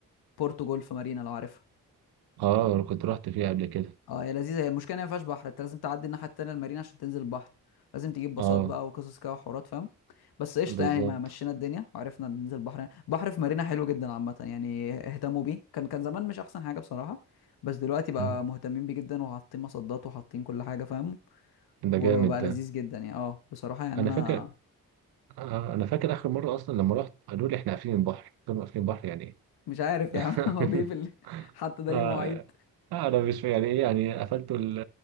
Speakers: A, on the left; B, on the right.
A: بورتو جولف مارينا لو عارفها
B: اه كنت رحت فيه قبل كده
A: اه هي لذيذه هي المشكله إن هي ما فيهاش بحر انت لازم تعدي الناحيه التانيه المارينا عشان تنزل البحر لازم تجيب باصات
B: اه
A: بقى وقصص كده وحوارات فاهم بس قشطه
B: بالظبط
A: يعني ما مشينا الدنيا وعرفنا ننزل البحر بحر في مارينا حلو جدا عامه يعني اهتموا بيه كان كان زمان مش احسن حاجه بصراحه بس دلوقتي بقى
B: مم.
A: مهتمين بيه جدا وحاطين مصدات وحاطين كل حاجه فاهم
B: ده
A: وبقى
B: جامد
A: لذيذ
B: ده
A: جدا يعني اه بصراحه يعني
B: انا
A: انا
B: فاكر آه، انا فاكر اخر مره اصلا لما رحت قالوا لي احنا قافلين البحر قلت لهم قافلين البحر يعني ايه
A: مش عارف
B: <laughs>
A: يا عم <laughs> هو بيقفل حتى ده
B: آه،
A: ليه مواعيد
B: آه، انا مش فاهم يعني ايه يعني قفلتوا ال-